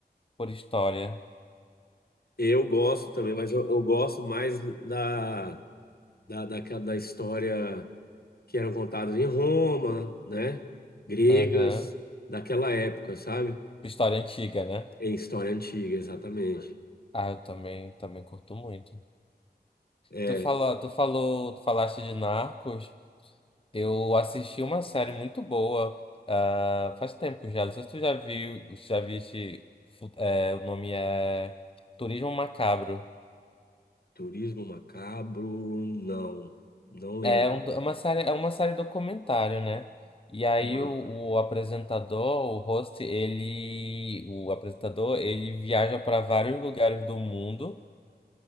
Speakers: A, on the left (about 30°); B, on the left (about 65°).
A: por história.
B: Eu gosto também, mas eu, eu gosto mais da, da, daquela- da, história que eram contadas em Roma, né? Gregas,
A: Aham.
B: daquela época, sabe?
A: História antiga, né?
B: Em história antiga, exatamente.
A: Ah, eu também, também curto muito.
B: É,
A: Tu falou, tu falou, tu falaste de Narcos. Eu assisti uma série muito boa, ah, faz tempo já. Não sei se tu já viu, se já viste, fu- é, o nome é Turismo Macabro.
B: turismo macabro, não. Não lembro.
A: É, um- é uma série, é uma série documentário, né? E aí
B: Aham,
A: o, o apresentador, o host, ele, o apresentador, ele viaja para vários lugares do mundo,